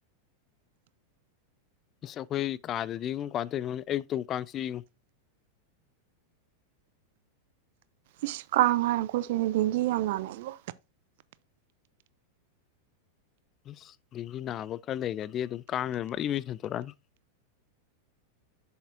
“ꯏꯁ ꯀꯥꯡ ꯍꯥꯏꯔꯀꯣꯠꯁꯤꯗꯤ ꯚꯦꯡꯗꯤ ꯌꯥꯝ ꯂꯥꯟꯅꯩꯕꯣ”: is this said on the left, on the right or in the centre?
Right